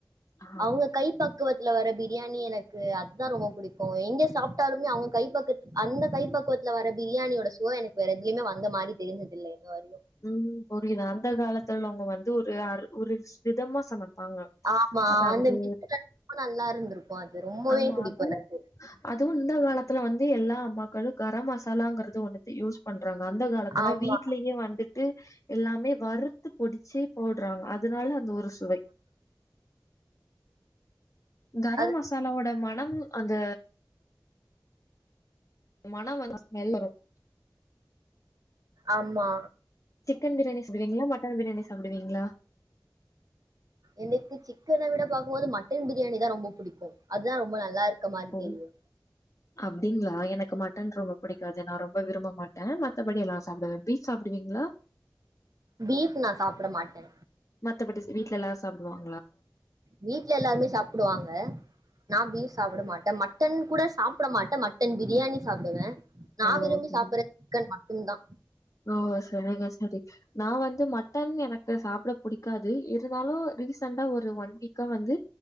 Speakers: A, on the left; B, on the right.
A: ஆ
B: அவுங்க கைப்பக்குவத்துல வர பிரியாணி எனக்கு அதுதா ரொம்ப புடிக்கூ எங்க சாப்ட்டாலுமே அவுங்க கைப்பக்கத்து அந்த கைப்பக்வத்துல வர பிரியாணியோட சுவ எனக்கு வேற எத்லியுமே வந்த மாரி தெரிஞ்சதில்ல இது வரையு
A: உம் புரியுது அந்த காலத்துல்லவங்க வந்து ஒரு அ ஒரு விதமா சமைப்பாங்க
B: ஆமா.
A: அதாவது
B: அந்த ரொம்ப நல்லா இருந்திருக்கும் அது. ரொம்பவே
A: ஆமா
B: புடிக்கும்
A: அதுவு
B: எனக்கு.
A: அதுவு இந்த கால காலதுல வந்து எல்லா அம்மாக்களு கரம் மசாலாங்றது ஒண்ணுத யூஸ் பண்ண ராங்க அந்த காலத்துல
B: ஆமா.
A: வீட்லயே வந்துட்டு எல்லாமே வறுத்து பொடிச்சே போடு ராங்க அதுனால அந்த ஒரு சுவை கரம்
B: அது
A: மசாலாவோட மனம் அந்த மனம் வந்து ஸ்மெல் வரு
B: ஆமா
A: சிக்கன் பிரியாணி சாப்டுவீங்ளா மட்டன் பிரியாணி சாப்டுவீங்களா
B: எனக்கு சிக்கன் விட பாக் போது மட்டன் பிரியாணி தா ரொம்ப புடிக்கூ அதுதா ரொம்ப நல்லா இருக்கு கமாறி
A: ஓ
B: தெரியு
A: அப்டிங்களா எனக்கு மட்டன் ரொம்ப புடிக்காது நா ரொம்ப விரும்ப மாட்டே மத்தபடி எல்லா சாப்டுவே பீப் சாப்டுவீங்ளா
B: பீப் நா சாப்ட மாட்டே
A: மத்த படி வீட்ல எல்லாரு சாப்டுவாங்க
B: வீட்டல எல்லாருமே சாப்டுவாங்க நான் பீப் சாப்ட மாட்டே மட்டன் கூட சாப்ட மாட்டே மட்டன் பிரியாணி சாப்டுவே நா
A: ஓ
B: விரும்பி
A: சரி
B: சாப்புடுறது சிக்கன்தா ந்த
A: ஓ சரிங்க சரி நா வந்து மட்டன் எனக்கு சாப்ட புடிக்காது இருந்தாலு ரீசனடா ஒரு ஒன் வீக்கா வந்து